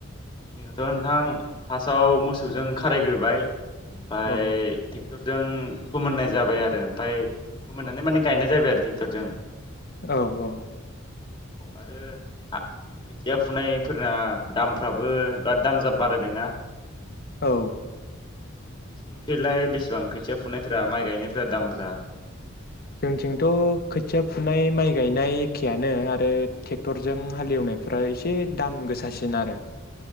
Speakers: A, on the left; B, on the left.
A: जोंनाथ' नोंथां फार्स्टआव मोसौजों खारायग्रोबाय। ओमफ्राय
B: औ
A: ट्रेक्टरजों फोमोननाय जाबाय आरो ओमफ्राय फोमोननानै माने गायनाय जाबाय आरो ट्रेक्टरजों।
B: औ औ।
A: आरो खोथिया फुनायफोरना दामफोरा दामफ्रा कबो बिराद दाम जा बारायबायना।
B: औ।
A: नोंसिनिखैलाय बेसेबां खोथिया फुनाय माइ गायनायफ्रा दामफ्रा?
B: जोंथिंथ' खोथिया फुनाय माइ गायनाय एखेआानो आरो ट्रेक्टरजों हाल एवनायफ्रा एसे दाम गोसासिन आरो